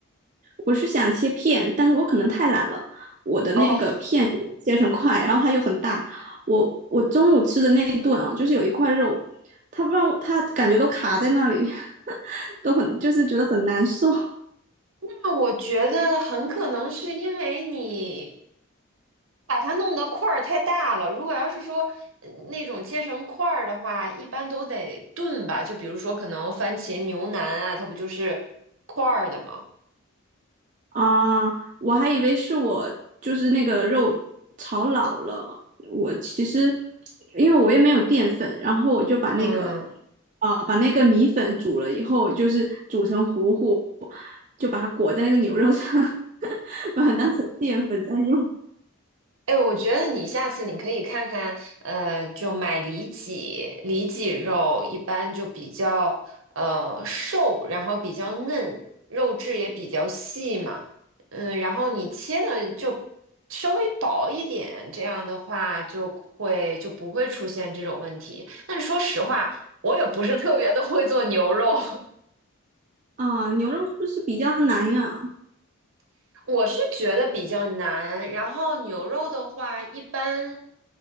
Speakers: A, on the right; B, on the right.
A: 我是想切片，但是我可能太懒了，我的那个片切成块，
B: 哦，
A: 然后它又很大。我我中午吃的那一顿啊，就是有一块肉，它不知道它感觉都卡在那里，<laughs> 都很就是觉得很难受。
B: 那我觉得很可能是因为你把它弄得块儿太大了。如果要是说呃那种切成块儿的话，一般都得炖吧。就比如说，可能番茄牛腩啊，它不就是块儿的吗？
A: 啊，我还以为是我就是那个肉炒老了。我其实因为我也没有淀粉，然后我就把那个
B: 嗯，
A: 啊、把那个米粉煮了以后，就是煮成糊糊，就把它裹在那个牛肉上，<laughs> 把它当成淀粉在用。
B: 哎，我觉得你下次你可以看看，呃，就买里脊，里脊肉一般就比较呃瘦，然后比较嫩，肉质也比较细嘛，嗯，然后你切的就稍微薄一点，这样的话就会就不会出现这种问题。但是说实话，我也不是特别的会做牛肉，
A: 啊，牛肉是不是比较难呀？
B: <laughs> 我是觉得比较难。然后牛肉的话，一般。